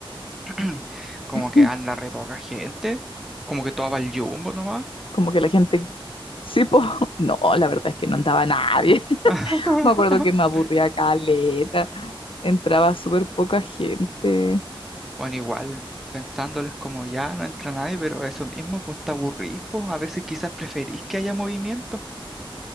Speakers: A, in the centre; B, on the left.
A: <clears throat> como
B: <laughs>
A: que anda re poca gente, como que todo va al jumbo nomás.
B: Como que la gente, sí, po. <laughs> No, la verdad es que no andaba nadie. <laughs>
A: <laughs>
B: Me acuerdo que me aburría caleta. entraba súper poca gente.
A: Bueno, igual, pensándoles como ya no entra nadie, pero eso mismo, pues te aburrís, pues a veces quizás preferís que haya movimiento.